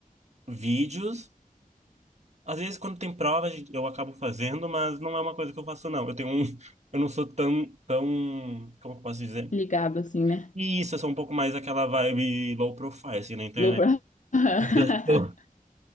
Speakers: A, on the right (about 50°); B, on the left (about 60°).
A: vídeos. Às vezes, quando tem prova, a gente- eu acabo fazendo, mas não é uma coisa que eu faço, não. Eu tenho um... <laughs> Eu não sou tão, tão... Como eu posso dizer?
B: Ligado assim, né?
A: Isso, eu sou um pouco mais aquela vibe low profile, assim, na internet.
B: Vou pra- <laughs>
A: <laughs>